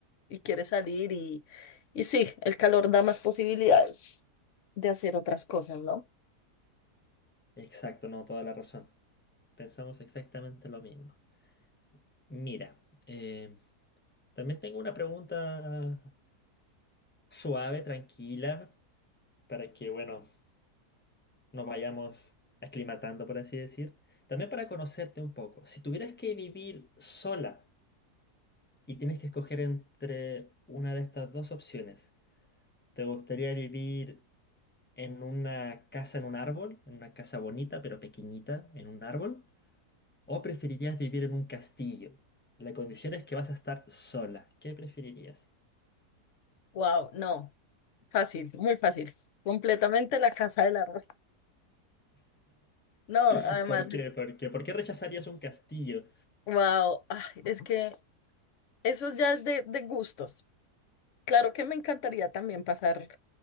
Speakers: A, on the left (about 60°); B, on the left (about 15°).
A: y quiere salir y, y sí, el calor da más posibilidades de hacer otras cosas, ¿no?
B: exacto, no, toda la razón. Pensamos exactamente lo mismo. Mira, eh, también tengo una pregunta suave, tranquila, para que, bueno nos vayamos aclimatando, por así decir. También para conocerte un poco, si tuvieras que vivir sola y tienes que escoger entre una de estas dos opciones, ¿te gustaría vivir en una casa en un árbol, en una casa bonita pero pequeñita, en un árbol? ¿O preferirías vivir en un castillo? La condición es que vas a estar sola. ¿Qué preferirías?
A: Wow, no, fácil, muy fácil, completamente la casa del arroz. No,
B: <laughs>
A: además
B: ¿Por qué?
A: es,
B: ¿Por qué? ¿Por qué rechazarías un castillo?
A: wow, es que eso ya es de, de gustos. Claro que me encantaría también pasar